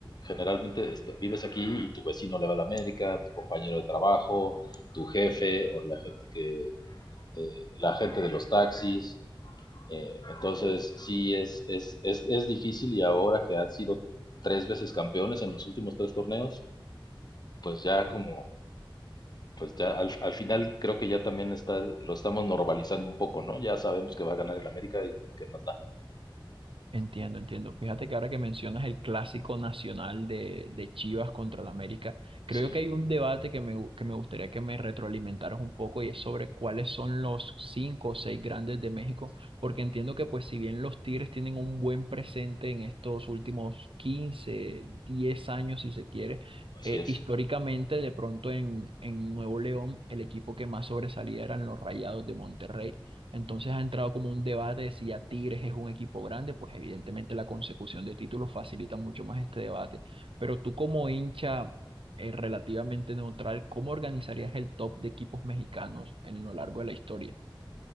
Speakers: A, on the left (about 50°); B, on the right (about 75°).
A: generalmente este, vives aquí y tu vecino le va a la América, tu compañero de trabajo, tu jefe o la gente que, eh, la gente de los taxis. eh, entonces, sí, es, es, es, es difícil y ahora que han sido tres veces campeones en los últimos tres torneos, pues ya como, pues ya al, al final creo que ya también está, lo estamos normalizando un poco, ¿no? Ya sabemos que va a ganar el América y qué más da.
B: Entiendo, entiendo. Fíjate que ahora que mencionas el clásico nacional de, de Chivas contra el América, creo
A: Sí,
B: que hay un debate que me, gu- que me gustaría que me retroalimentaras un poco y es sobre cuáles son los cinco o seis grandes de México, porque entiendo que pues si bien los Tigres tienen un buen presente en estos últimos 15, 10 años si se quiere,
A: así
B: eh,
A: es.
B: históricamente de pronto en, en Nuevo León el equipo que más sobresalía eran los Rayados de Monterrey. Entonces ha entrado como un debate de si ya Tigres es un equipo grande, pues evidentemente la consecución de títulos facilita mucho más este debate. Pero tú como hincha eh, relativamente neutral, ¿cómo organizarías el top de equipos mexicanos en lo largo de la historia?